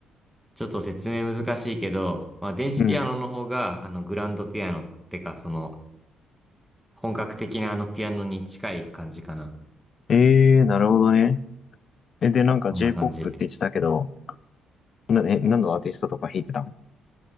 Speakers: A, in the centre; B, on the left.
A: ちょっと説明難しいけど、まあ電子ピアノの方が、
B: うん。
A: あの、グランドピアノってか、その、本格的なあのピアノに近い感じかな。
B: えー、なるほどね。え、で、なんか
A: そんな感じ。
B: J-POP って言ってたけど、な、え、何のアーティストとか弾いてたの